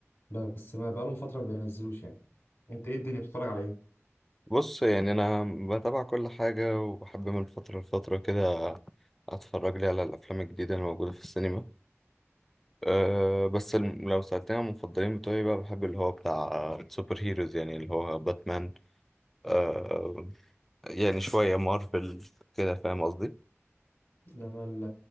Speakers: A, on the left; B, in the centre.
A: بس ما بقالهم فتره ما بينزلوش يعني انت ايه الدنيا بتتفرج على ايه
B: بص يعني انا بتابع كل حاجه وبحب من فتره لفتره كده اتفرج لي على الافلام الجديده الموجوده في السينما أه بس الم- لو سألتني عن المفضلين بتوعي بقى بحب اللي هو بتاع سوبر هيروز يعني اللي هو باتمان أه يعني شويه مارفل كده فاهم قصدي
A: انا ال-